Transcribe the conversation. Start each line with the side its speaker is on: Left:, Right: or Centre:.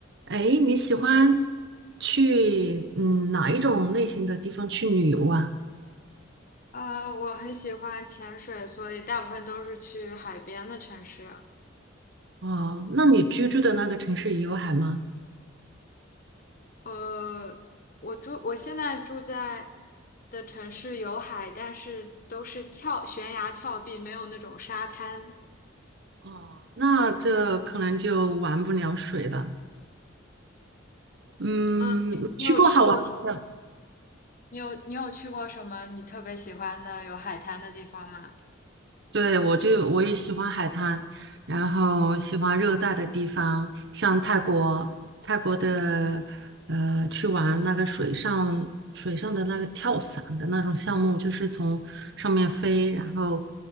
Right: 哎，你喜欢去嗯哪一种类型的地方去旅游啊？
Left: 啊，我很喜欢潜水，所以大部分都是去海边的城市。
Right: 哦，那你居住的那个城市也有海吗？
Left: 呃，我住，我现在住在的城市有海，但是都是峭悬崖峭壁，没有那种沙滩。
Right: 哦，那这可能就玩不了水了。嗯，
Left: 嗯，你有去过？
Right: 去过好玩的。
Left: 你有你有去过什么你特别喜欢的有海滩的地方吗？
Right: 对，我就我也喜欢海滩，然后喜欢热带的地方，像泰国，泰国的呃，去玩那个水上水上的那个跳伞的那种项目，就是从上面飞，然后